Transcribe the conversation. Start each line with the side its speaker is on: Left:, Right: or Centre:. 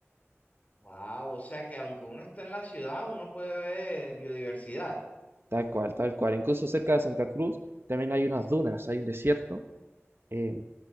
Left: Wow, o sea que aunque uno está en la ciudad, uno puede ver biodiversidad.
Right: tal cual, tal cual. Incluso cerca de Santa Cruz también hay unas dunas, hay un desierto eh,